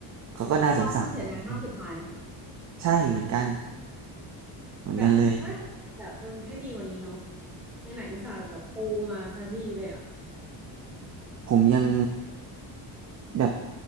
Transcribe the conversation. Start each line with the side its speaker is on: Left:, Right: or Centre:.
Right: เขาก็น่าสงสารดีเลย
Centre: เกมออฟโทนเสียดายภาคสุดท้าย
Right: ใช่เหมือนกันเหมือนกันเลย
Centre: แบบน่าจะทำแบบเออให้ดีกว่านี้เนาะในไหนๆอุตส่าห์แบบโปรมาซะดีเลยอะ
Right: ผมยัง แบบ